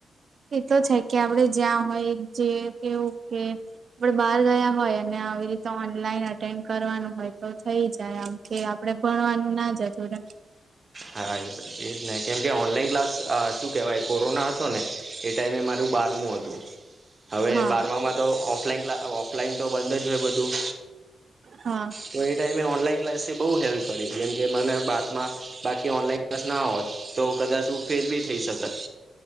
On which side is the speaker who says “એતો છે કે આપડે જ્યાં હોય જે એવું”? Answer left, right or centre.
Right